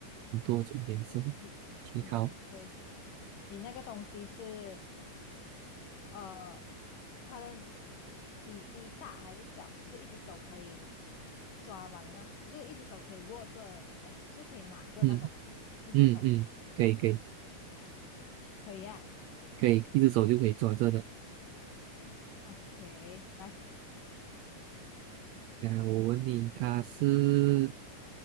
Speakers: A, on the right (about 85°); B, on the left (about 85°).
A: 很多种颜色。
B: 你，
A: OK，
B: 嗯，
A: 好，
B: 对，你那个东西是呃，它的体积大还是小，就是一只手可以抓完的那，只是一只手可以握着，呃，就是可以拿着那种嘛，
A: 嗯
B: 一只手
A: 嗯嗯，可以可以
B: 可以啊。
A: 可以，一只手就可以抓着的。
B: OK，来，
A: 来，我问你，它是